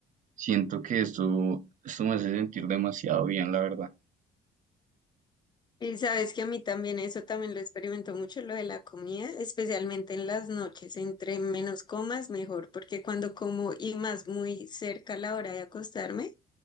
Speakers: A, on the right; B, on the left.
A: siento que esto, esto me hace sentir demasiado bien, la verdad.
B: Y sabes que a mí también eso también lo experimento mucho, lo de la comida, especialmente en las noches, entre menos comas mejor, porque cuando como y más muy cerca a la hora de acostarme,